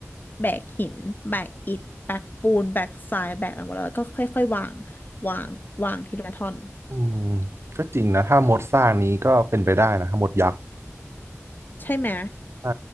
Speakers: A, on the left (about 40°); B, on the right (about 55°).
A: แบกหินแบกอิฐแบกปูนแบกทรายแบกอะไรหมดแล้วแล้วก็ค่อยๆวางวางวางทีละท่อน
B: อืมก็จริงนะถ้ามดสร้างนี้ก็เป็นไปได้นะถ้ามดยักษ์
A: ใช่ไหม
B: ใช่